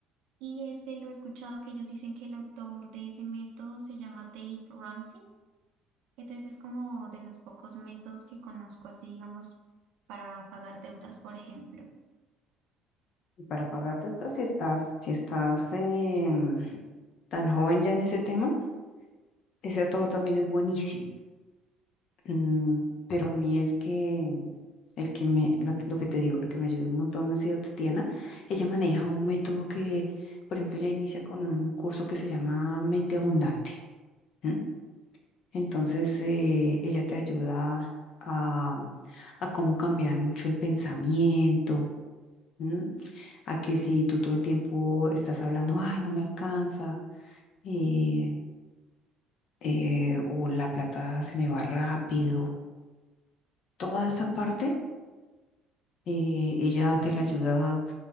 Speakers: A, on the right; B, on the left.
A: Y ese lo he escuchado que ellos dicen que el autor de ese método se llama Dave Ramsey. Entonces es como de los pocos métodos que conozco así, digamos, para pagar deudas, por ejemplo.
B: Y para pagar deudas, si estás, si estás em, tan joven ya en ese tema, ese autor también es buenísimo. Mm, pero a mí el que, el que me, la- lo, que te digo, lo que me ayudó un montón ha sido Tatiana. Ella maneja un método que, por ejemplo, ella inicia con un curso que se llama Mente Abundante. ¿m? Entonces, eh, ella te ayuda a, a cómo cambiar mucho el pensamiento, ¿m? a que si tú todo el tiempo estás hablando, ay, no me alcanza, eh, eh, o la plata se me va rápido, toda esa parte Eh, ella te la ayuda